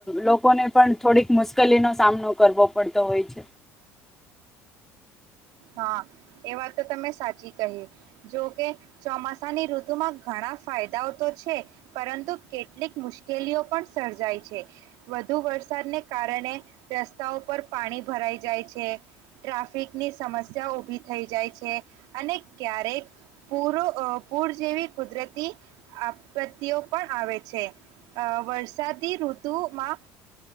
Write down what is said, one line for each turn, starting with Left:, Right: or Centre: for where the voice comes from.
Centre: લોકોને પણ થોડીક મુશ્કેલીનોો સામનો કરવો પડતો હોય છે.
Right: હા એ વાત તો તમે. સાચી કહે જો કે ચોમાસાની ઋતુમાં. ઘણા ફાયદાઓ તો છે પરંતુ. કેટલીક મુશ્કેલીઓ પણ. સર્જાય છે વધુ વરસાદને કારણે રસ્તાઓ પર પાણી ભરાઈ જાય છે ટ્રાફિકની. સમસ્યા ઊભી થઈ જાય છે અને ક્યારેક પૂર પૂર જેવી કુદરતી આપત્તિઓ પણ આવે છે અ વરસાદી ઋતુમાં